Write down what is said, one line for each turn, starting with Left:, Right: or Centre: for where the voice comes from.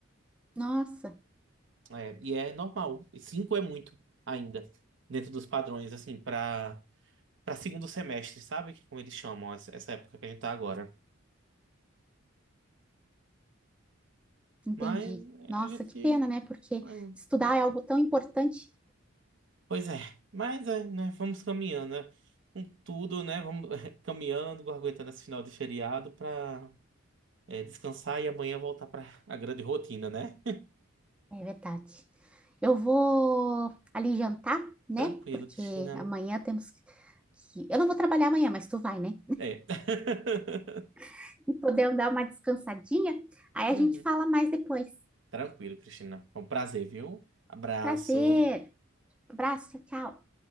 Centre: Nossa,
Right: É, e é normal. E cinco é muito ainda, dentro dos padrões, assim, para para segundo semestre, sabe? Que é como eles chamam essa, essa época que a gente tá agora.
Centre: entendi.
Right: Mas é,
Centre: Nossa,
Right: a gente.
Centre: que pena, né? Porque
Right: é,
Centre: estudar é algo tão importante.
Right: Pois é. Mas é, né, vamos caminhando, né? Com tudo, né? Vamos <laughs> caminhando, aguentando esse final de feriado para descansar e amanhã voltar para a grande rotina, né?
Centre: É verdade. Eu vou ali jantar, né?
Right: <laughs> Tranquilo,
Centre: Porque
Right: Cristina.
Centre: amanhã temos que... Eu não vou trabalhar amanhã, mas tu vai, né?
Right: É. <laughs>
Centre: <laughs> E podemos dar uma descansadinha. Aí
Right: Uhum.
Centre: a gente fala mais depois.
Right: Tranquilo, Cristina. Foi um prazer, viu? Abraço.
Centre: Prazer. Abraço, tchau, tchau.